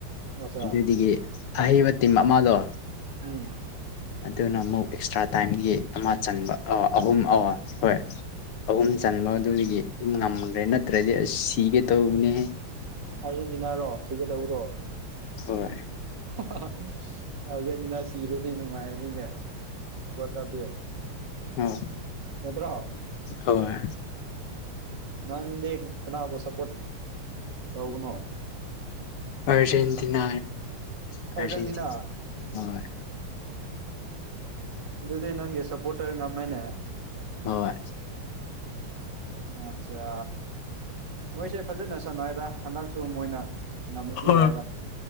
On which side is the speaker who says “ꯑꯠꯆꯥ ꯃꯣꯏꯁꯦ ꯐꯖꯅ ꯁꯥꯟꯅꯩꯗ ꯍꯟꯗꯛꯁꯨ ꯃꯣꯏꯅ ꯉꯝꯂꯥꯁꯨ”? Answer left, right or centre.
Right